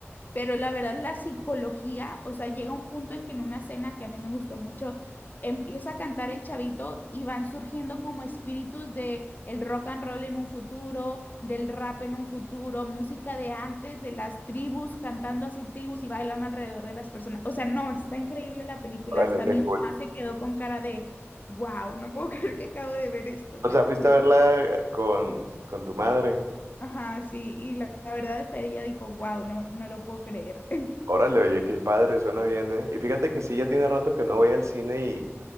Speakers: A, on the left; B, on the right.
A: Pero la verdad, la psicología, o sea, llega un punto en que en una cena que a mí me gustó mucho, empieza a cantar el chavito y van surgiendo como espíritus de el rock and roll en un futuro, del rap en un futuro, música de antes, de las tribus, cantando así tribus y bailando alrededor de las personas. O sea, no, está increíble la película.
B: Órale,
A: Hasta
B: qué
A: mi
B: cool.
A: mamá se quedó con cara de, wow, no puedo <laughs> creer que acabo de ver esto,
B: O
A: te
B: sea,
A: lo
B: fuiste
A: juro.
B: a verla con, con tu madre.
A: Ajá, sí, y la, la verdad hasta ella dijo, wow, no, no lo puedo creer.
B: Órale, oye, qué padre, suena bien, ¿eh? Y fíjate que sí, ya tiene rato que no voy al cine